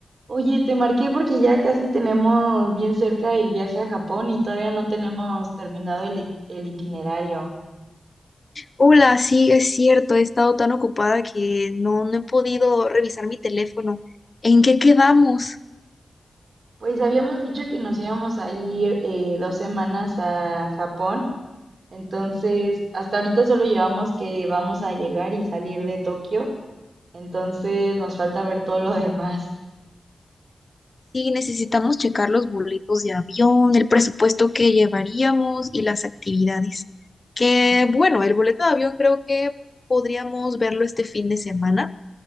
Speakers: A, on the right; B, on the left.
A: Oye, te marqué porque ya casi tenemos bien cerca el viaje a Japón y todavía no tenemos terminado el, it- el itinerario.
B: Hola, sí, es cierto, he estado tan ocupada que no, no he podido revisar mi teléfono. ¿En qué quedamos?
A: Pues habíamos dicho que nos íbamos a ir eh, dos semanas a Japón, entonces hasta ahorita solo llevamos que vamos a llegar y salir de Tokio, entonces nos falta ver todo lo demás.
B: Sí, necesitamos checar los boletos de avión, el presupuesto que llevaríamos y las actividades. Que bueno, el boleto de avión creo que podríamos verlo este fin de semana,